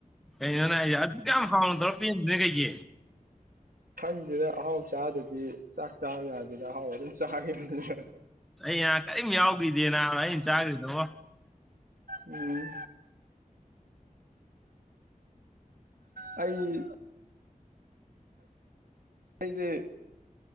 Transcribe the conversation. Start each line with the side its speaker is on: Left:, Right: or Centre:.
Centre: ꯀꯩꯅꯣꯅꯦ ꯍꯥꯏꯁꯦ ꯑꯗꯨꯛ ꯌꯥꯝ ꯍꯥꯎꯅ ꯇꯧꯔ ꯄꯦꯟꯗꯔ꯭ꯤꯅ ꯀꯩꯒꯤ
Right: ꯈꯪꯗꯗ ꯑꯍꯥꯎ ꯆꯥꯗꯗꯤ ꯆꯥꯛ ꯆꯥꯕ ꯌꯥꯗꯦꯗ ꯑꯍꯥꯎꯕ ꯑꯗꯨꯝ ꯆꯥꯈꯤꯕꯅꯤꯅ
Centre: ꯑꯩ ꯅꯥ ꯀꯔꯤꯝ ꯌꯥꯎꯈꯤꯗꯦꯅꯥ ꯑꯩꯅ ꯆꯥꯈ꯭ꯔꯤꯗꯨꯕꯣ
Right: ꯎꯝ ꯑꯩ ꯑꯩꯗꯤ